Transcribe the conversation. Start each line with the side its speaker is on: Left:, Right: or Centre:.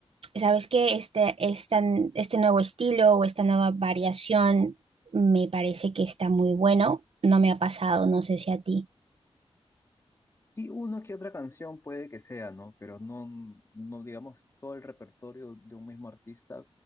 Right: ¿sabes qué? Este, esta- este nuevo estilo o esta nueva variación me parece que está muy bueno. No me ha pasado, no sé si a ti.
Left: Y una que otra canción puede que sea, ¿no? Pero no, no digamos todo el repertorio de un mismo artista,